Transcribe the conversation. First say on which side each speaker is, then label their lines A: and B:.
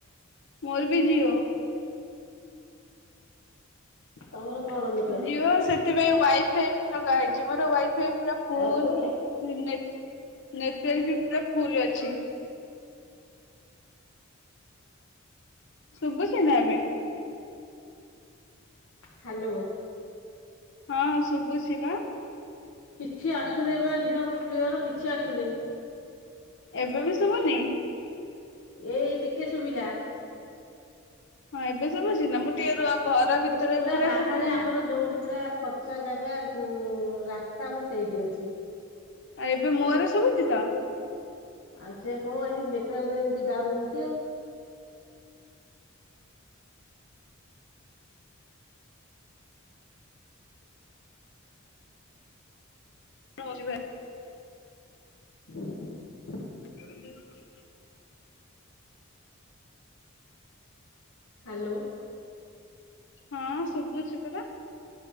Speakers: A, on the left; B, on the left.
A: ମୋର୍ ବି ଜିଓ।
B: ତମର କଣ ନେ
A: ଜିଓ ସେଥିପାଇଁ ୱାଇଫାଇ ବି ଲଗା ହେଇଚି ମୋର ୱାଇଫାଇ ପୁରା ଫୁଲ୍।
B: ଏୟାରଟେଲ?
A: ନେଟୱାର୍କ ବି ପୁରା ଫୁଲ୍ ଅଛି। ଶୁବୁଚି ନାଁ ଏବେ?
B: ହାଲୋ।
A: ହଁ ଶୁଭୁଛି ବା।
B: କିଛି ଆସୁନି ବା ଝିଅ କ୍ଲିଅର କିଛି ଆସୁନି।
A: ଏବେ ବି ଶୁଭୁନି।
B: ଏଇ ଟିକେ ଶୁଭିଲା।
A: ହଁ ଏବେ ଶୁଭୁଛି ନା ମୁଁ ଟିକେ ରୁହ ଘର ଭିତରେ
B: ମୁଁ ପୁରା ବାହାରେ
A: ତ ଫୁଲ
B: ଆମର ଯୋଉଠି ପୁରା ଫର୍ ଫର୍ଚ୍ଚା ଜାଗା ଉଁ ରାସ୍ତା ମୁଁ ସେଇଠି ଅଛି।
A: ଆଉ ଏବେ ମୋର ଶୁଭୁଛି ତ।
B: ଆଉ ସେ କଣ ଆଜି ନେଟୱାର୍କ ଏମିତି ଡାଉନ ହଉଛି ଆଉ।
A: ରହୁଛି
B: <unintelligible>
A: <unintelligible>
B: ହ୍ୟାଲୋ।
A: ହଁ ଶୁଭୁଛି ପରା।